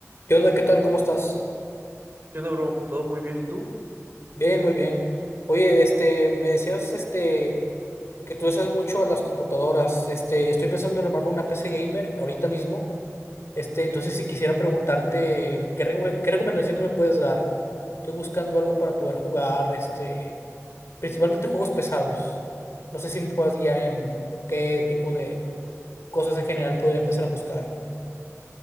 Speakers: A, on the left; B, on the right.
A: ¿Qué onda? ¿Qué tal? ¿Cómo estás?
B: ¿Qué onda, bro? ¿Todo muy bien? ¿Y tú?
A: Bien, muy bien. Oye, este, me decías, este, que tú usas mucho a las computadoras, este, y estoy pensando en armarme una PC gamer ahorita mismo, este, entonces si quisiera preguntarte, ¿qué, re- qué recomendaciones me puedes dar? Estoy buscando algo para poder jugar, este, principalmente juegos pesados. No sé si me puedas guiar en qué tipo de cosas en general podría empezar a buscar.